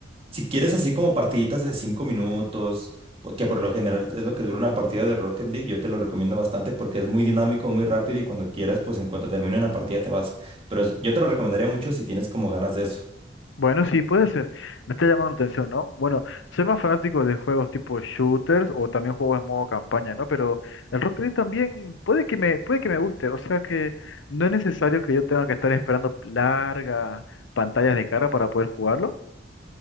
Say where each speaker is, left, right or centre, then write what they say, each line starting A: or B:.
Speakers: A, on the right; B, on the left.
A: si quieres así como partiditas de cinco minutos, po- que por lo general es lo que dura una partida de Rocket League, yo te lo recomiendo bastante porque es muy dinámico, muy rápido y cuando quieras, pues en cuanto termine una partida te vas. Pero es- yo te lo recomendaría mucho si tienes como ganas de eso.
B: Bueno, sí, puede ser. Me está llamando la atención, ¿no? Bueno, soy más fanático de juegos tipo shooters o también juegos en modo campaña, ¿no? Pero el Rocket League también puede que me, puede que me guste. O sea que no es necesario que yo tenga que estar esperando largas pantallas de cara para poder jugarlo.